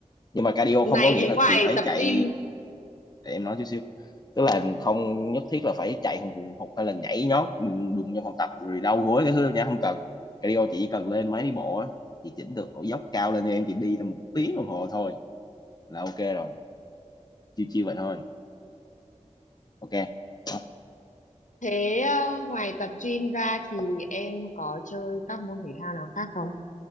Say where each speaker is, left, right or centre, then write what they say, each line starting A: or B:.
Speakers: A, on the left; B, on the left.
A: nhưng mà cardio không
B: này
A: có nghĩa
B: thế
A: là
B: ngoài
A: chị phải
B: tập
A: chạy
B: gym
A: để em nói chút xíu tức là không nhất thiết là phải chạy hùng hùng hục hay là nhảy nhót đùng đùng trong phòng tập rồi đau gối cái thứ nha không cần cardio chị chỉ cần lên máy đi bộ á chị chỉnh được độ dốc cao lên cho em chị đi tầm một tiếng đồng hồ thôi là ok rồi chiêu chiêu vậy thôi ok Đó,
B: thế ờ, ngoài tập gym ra thì em có chơi các môn thể thao nào khác không